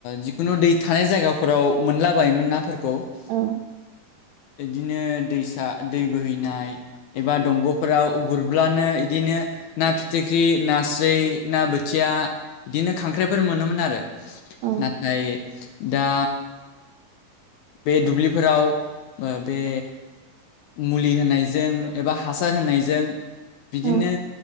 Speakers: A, on the left (about 75°); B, on the right (about 80°).
A: जिखुनु दै थानाय जायगाफोराव मोनलाबायोमोन नाफोरखौ खौ
B: औ
A: बिदिनो दैसा दै बोहैनाय एबा दंग'फोराव गुरब्लानो इदिनो ना फिथिख्रि नास्राय ना बोथिया बिदिनो खांख्राइफोर मोनोमोन आरो।
B: औ
A: नाथाय दा बे दुब्लिफोराव ओ बे मुलि होनायजों एबा हासार होनायजों बिदिनो
B: औ